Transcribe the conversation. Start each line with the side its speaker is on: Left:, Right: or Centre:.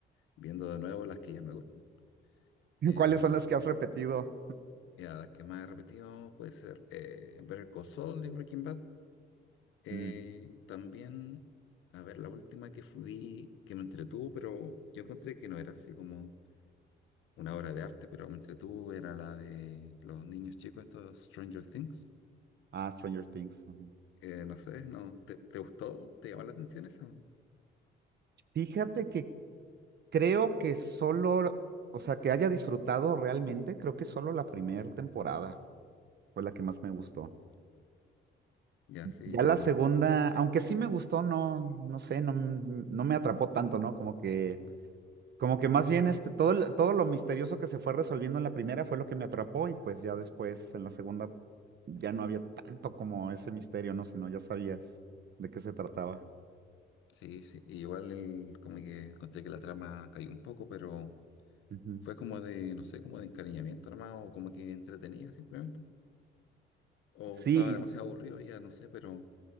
Left: viendo de nuevo las que ya me gustan.
Right: <laughs>
Left: Eh,
Right: ¿Cuáles son las que has repetido?
Left: mira, las que más he repetido puede ser eh, Better Call Saul y Breaking Bad. Eh,
Right: Mm,
Left: también, a ver, la última que fu- vi que me entretuvo, pero yo encontré que no era así como una obra de arte, pero me entretuvo, era la de los niños chicos, estos Stranger Things.
Right: Ah, Stranger Things. ujú.
Left: Eh, no sé, no, ¿te, te gustó? ¿Te llamó la atención esa?
Right: Fíjate que creo que solo, o sea, que haya disfrutado realmente, creo que solo la primera temporada fue la que más me gustó.
Left: Ya, sí,
Right: Ya la segunda, aunque sí me gustó, no, no sé, no, m- no me atrapó tanto, ¿no? Como que Como que más bien este, todo, lo- todo lo misterioso que se fue resolviendo en la primera fue lo que me atrapó y pues ya después en la segunda ya no había tanto como ese misterio, ¿no? Sino ya sabías de qué se trataba.
Left: sí, sí. Y igual el- como que encontré que la trama cayó un poco, pero
Right: Ujú.
Left: fue como de, no sé, como de encariñamiento nomás, o como que entretenía simplemente. O
Right: Sí,
Left: estaba demasiado aburrido, ya no sé, pero